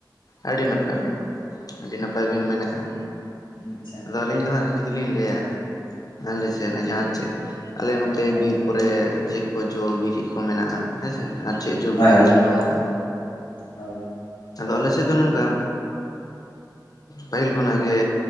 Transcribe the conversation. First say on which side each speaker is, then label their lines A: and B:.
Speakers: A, on the left; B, on the left.
A: ᱟᱹᱰᱤ ᱱᱟᱯᱟᱭ ᱟᱹᱰᱤ ᱱᱟᱯᱟᱭ ᱟᱹᱰᱤ ᱱᱟᱯᱟᱭ ᱵᱤᱱ ᱢᱮᱱ ᱠᱟᱜᱼᱟ।
B: ᱟᱪᱪᱷᱟ।
A: ᱛᱚ ᱟᱹᱞᱤᱧ ᱫᱚ ᱦᱟᱸᱜ ᱡᱩᱫᱤ ᱞᱤᱧ ᱞᱟᱹᱭᱟ ᱟᱞᱮ ᱥᱮᱫ ᱥᱮ ᱡᱟᱦᱟᱸ ᱪᱮᱫ ᱟᱞᱮ ᱱᱚᱛᱮ
B: ᱦᱳᱭ
A: ᱵᱤᱨ ᱠᱚᱨᱮ ᱪᱮᱫ ᱠᱚ ᱡᱚ ᱵᱤᱞᱤ ᱠᱚ ᱢᱮᱱᱟᱜᱼᱟ, ᱦᱮᱸᱥᱮ ᱟᱨ ᱪᱮᱫ ᱡᱚ
B: ᱦᱳᱭ
A: ᱵᱤᱞᱤ ᱠᱚ ᱤᱧ ᱡᱚᱢ ᱟᱠᱟᱫᱟ?
B: ᱦᱳᱭ।
A: ᱟᱫᱚ ᱟᱞᱮ ᱥᱮᱫ ᱫᱚ ᱱᱚᱝᱠᱟ ᱯᱟᱹᱦᱤᱞ ᱠᱷᱚᱱᱟᱜ ᱜᱮ